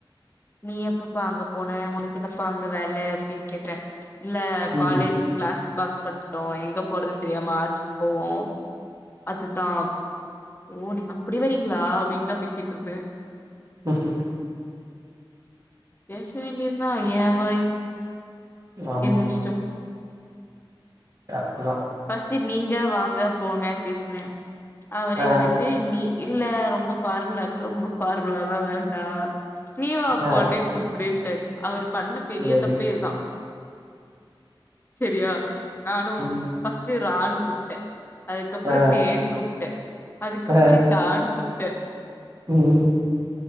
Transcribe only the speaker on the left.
நீ எப்பப்ப அங்க போன உனக்கு என்னப்பா அங்க வேல அப்டின்னு கேட்ட இல்ல
காலேஜ் கிளாஸ் பங்க்கு பண்ட்டோ எங்க போறதுன்னு தெரியாம ஆச்சு போவோ அதுதா ஓ நீங்க அப்டி வரீங்களா அப்படின்னுதா பேசிட்டு இருந்தே
பேச வேண்டியதா ஏவாய்
என் இஷ்டம்
பஸ்ட் நீங்க வாங்க போங்கன்னு பேசினே அவரே
வந்துட்டு நீ இல்ல ரொம்ப ஃபார்முலா இருக்கு ரொம்ப பஃபார்முலால்லா வேண்டா நீ வா
போ னே கூப் அப்டின்ட்டாரு அவரு பண்ண பெரிய
தப்பே இதுதா சேரியா நானு
ஃபஸ்ட் ரான் கூப்பிட்டே அதுக்கப்றோ
டேன் கூப்பிட்டே அதுக்கப்றோ
டானு கூப்ட்டே